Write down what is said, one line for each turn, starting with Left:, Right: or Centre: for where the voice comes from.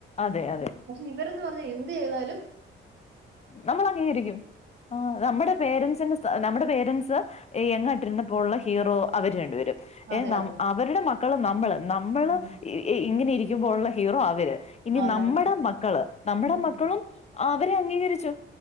Left: അതെ അതെ
Right: പക്ഷെ ഇവരന്ന് പറഞ്ഞ എന്തെ യ്താലും
Left: നമ്മൾ അംഗീകരിക്കും ആഹ് നമ്മുടെ പേരൻസിന് നമ്മുടെ പേരൻസ് യെങ്ങാട്ടിരുന്നപ്പോൾ ഉള്ള ഹീറോ അവര് രണ്ട് പരും ഏ
Right: അതെ അതെ.
Left: അവരുടെ മക്കള് നമ്മള് നമ്മള്
Right: ഉം.
Left: ഇങ്ങനെ ഇരിക്കുമ്പോഴുള്ള ഹീറോ അവര് ഇനി
Right: അതെ
Left: നമ്മുടെ
Right: അതെ.
Left: മക്കള് നമ്മുടെ
Right: ഉം.
Left: മക്കളും അവരെ അംഗീകരിച്ചു